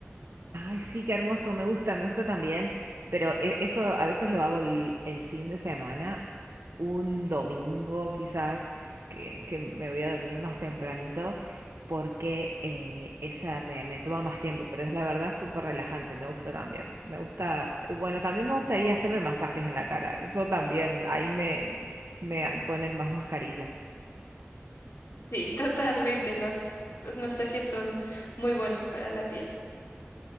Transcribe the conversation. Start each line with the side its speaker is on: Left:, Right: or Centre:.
Right: ay, sí, qué hermoso, me gusta, me gusta también. Pero e- eso a veces lo hago el, el fin de semana un domingo quizás que, que me voy a dormir más tempranito porque eh, esa me, me toma más tiempo, pero es la verdad súper relajante, me gusta también. Me gusta, bueno, también me gusta ir a hacerme masajes en la cara, eso también, ahí me, me a- ponen más mascarillas.
Left: Sí, <laughs> totalmente. Los, los masajes son muy buenos para la piel.